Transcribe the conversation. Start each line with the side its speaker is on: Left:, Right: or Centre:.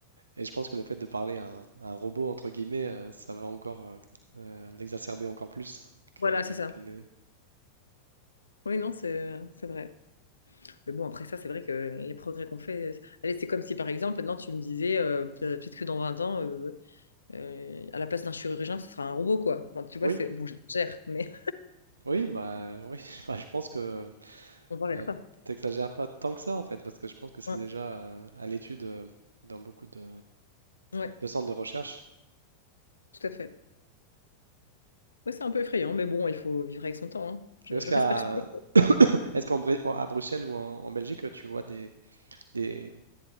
Right: et je pense que le fait de parler à un, à un robot, entre guillemets, euh, ça va encore euh, euh, l'exacerber encore plus que-
Left: Voilà, c'est ça.
Right: qu'il n'est-
Left: Oui, non, c'est c'est vrai. Mais bon, après ça, c'est vrai que les progrès qu'on fait. c'est- Allez, c'est comme si par exemple, maintenant tu me disais, euh, peut- peut-être que dans 20 ans, euh, euh, à la place d'un chirurgien, ce sera un robot, quoi. Enfin, tu vois,
Right: Oui,
Left: c'est bon, j'exagère, mais
Right: oui, bah, oui, <laughs> enfin, je pense que
Left: <laughs> on va vers
Right: Euh,
Left: ça.
Right: t'exagères pas tant que ça en fait, parce que je pense que c'est
Left: Ouais,
Right: déjà euh, à l'étude euh, dans beaucoup de,
Left: ouais,
Right: de centres de recherche.
Left: tout à fait. Ouais, c'est un peu effrayant, mais bon, il faut vivre avec son temps. hein. Je,
Right: Et Est-ce
Left: je
Right: qu'à
Left: reste persuadée.
Right: est-ce qu'en Bru- en- à Bruxelles ou en, en Belgique, tu vois des, des